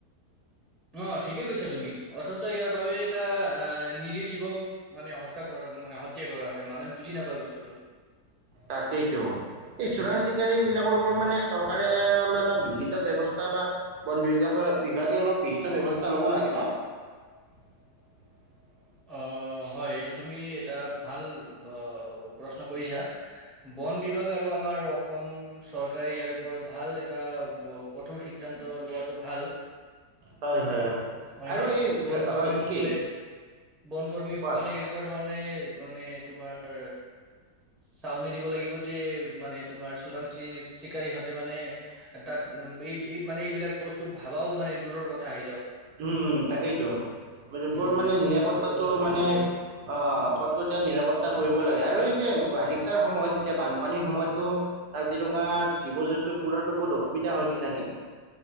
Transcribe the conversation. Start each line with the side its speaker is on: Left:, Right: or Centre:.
Centre: অ ঠিকে কৈছা তুমি অথচ ইয়াৰ বাবে এটা আহ নিৰজীৱক মানে হত্যা কৰা মানে হত্যা কৰা হয় মানুহে বুজি নাপায় বস্তুটো
Right: তাকেইতো এই চোৰাং
Centre: উম
Right: চিকাৰী বিলাকৰ ওপৰত মানে চৰকাৰে অকলে এটা বিহিত ব্যৱস্থা বা বন বিভা বিভাগে অলপ বিহিত ব্যৱস্থা লব লাগে ন <unintelligible>
Centre: অ হয় এইটো তুমি এটা ভাল অ প্ৰশ্ন কৰিছা বন বিভাগ আৰু আমাৰ অসম চৰকাৰে ইয়াৰ ওপৰত ভাল এটা কঠোৰ সিদ্ধান্ত ল কোৱাটো ভাল
Right: হয় হয় হয়
Centre: হয়নে
Right: আৰু এই
Centre: বন কৰ্মীসকলে
Right: হয় ঠিকেই
Centre: বন কৰ্মীসকলে
Right: কোৱা
Centre: এনেকুৱা ধৰণে মানে তোমাৰ চাউনি দিব লাগিব যে মানে তোমাৰ চোৰাং চি চিকাৰিহতে মানে তাত উম ইপ মানে এইবিলাক বস্তু ভাবাও মানে দূৰৰ কথা আহি যাব
Right: উম উম তাকেইতো
Centre: উম
Right: বৰ মানে নিৰা নিৰাপত্তাটো
Centre: কঠোৰ পদক্ষেপ
Right: মানে
Centre: লব লাগিব
Right: অ কটকটীয়া নিৰাপত্তা কৰিব লাগে আৰু এই যে বাৰিষ শাৰ সময়ত এতিয়া বানপানীৰ সময়ততো কাজিৰঙা জীৱ জন্তুবোৰতো বহুত অসুবিধা হয় কি জানি <inaudible>